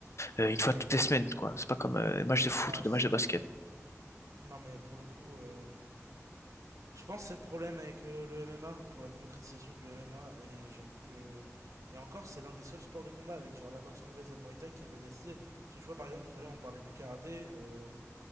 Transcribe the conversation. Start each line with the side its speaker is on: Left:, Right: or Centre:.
Left: euh, une
Right: C'est
Left: fois
Right: clair.
Left: toutes les semaines, quoi. C'est pas comme euh, des matchs de foot
Right: Bah,
Left: ou des
Right: c'est
Left: matchs
Right: ça.
Left: de basket.
Right: Non, mais pour le coup, euh, je pense que c'est le problème avec euh, le MMA, pour la démocratisation du MMA, et j'avoue que. Et encore, c'est l'un des seuls sports de combat avec genre la boxe anglaise et le Muay Thai qui est médiatisé. Parce que tu vois, par exemple, tout à l'heure, on parlait du karaté. euh,